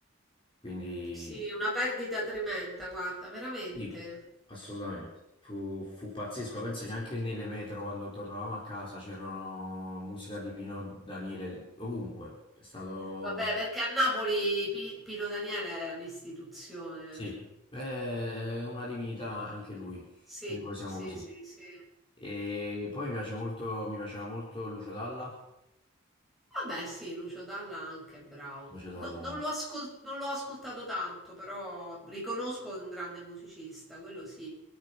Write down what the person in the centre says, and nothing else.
sì, una perdita tremenda, guarda, veramente.
Vabbè, perché a Napoli Pi- Pino Daniele è un'istituzione.
Sì,
sì,
sì, sì.
Vabbè, sì, Lucio Dalla anche è bravo.
No- non l'ho ascol- non l'ho ascoltato tanto, però riconosco che è un grande musicista, quello sì.